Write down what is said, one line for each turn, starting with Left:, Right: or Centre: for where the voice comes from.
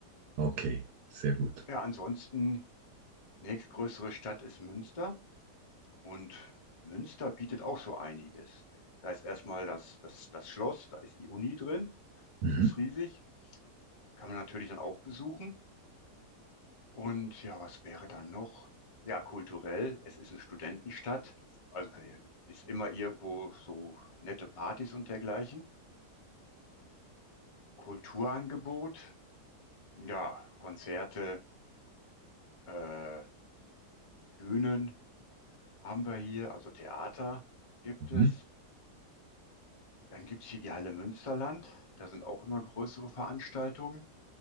Right: Okay, sehr gut.
Left: Ja, ansonsten, nächstgrößere Stadt ist Münster. Und Münster bietet auch so einiges. Da ist erstmal das, das, das Schloss, da ist die Uni drin.
Right: Mhm.
Left: Das ist riesig. Kann man natürlich dann auch besuchen. Und ja, was wäre dann noch? Ja, kulturell. Es ist eine Studentenstadt. Also äh, ist immer irgendwo so nette Partys und dergleichen. Kulturangebot. Ja, Konzerte, äh, Bühnen haben wir hier. Also Theater gibt
Right: Mhm.
Left: es. Dann gibt's hier die Halle Münsterland. Da sind auch immer größere Veranstaltungen.